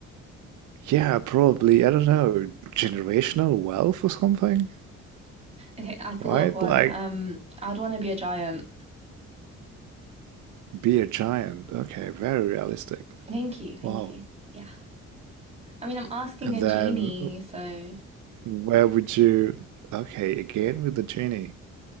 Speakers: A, on the right; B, on the right.
A: yeah, probably, I don't know, generational wealth or something,
B: Okay, I thought
A: right?
B: of one.
A: Like
B: Um, I'd want to be a giant.
A: Be a giant. Okay, very realistic.
B: Thank you, thank
A: Wow.
B: you. Yeah. I mean, I'm asking
A: And
B: a genie,
A: then
B: so
A: where would you? Okay, again with the genie.